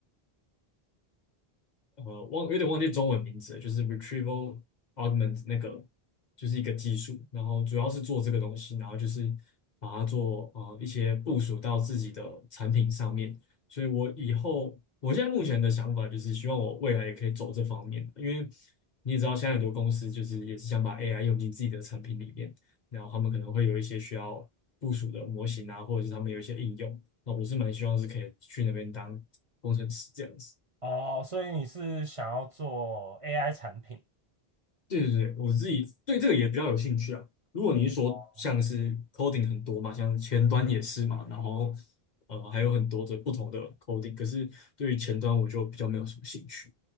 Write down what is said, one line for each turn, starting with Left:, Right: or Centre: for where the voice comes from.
Left: 呃，忘有点忘记中文名字了就是 retrieval augment 那个，就是一个技术，然后主要是做这个东西，然后就是把它做呃一些部署到自己的产品上面。所以我以后，我现在目前的想法就是希望我未来也可以走这方面，因为你也知道，现在很多公司就是也是想把 AI 用进自己的产品里面，然后他们可能会有一些需要部署的模型啊，或者是他们有一些应用，那我是蛮希望是可以去那边当工程师这样子。
Right: 哦，所以你是想要做 AI 产品？
Left: 对对对，我自己对这个也比较有兴趣啊。如果你是说像是
Right: 哦，
Left: coding 很多嘛，像前端也是嘛，然后呃还有很多的不同的 coding，可是对于前端我就比较没有什么兴趣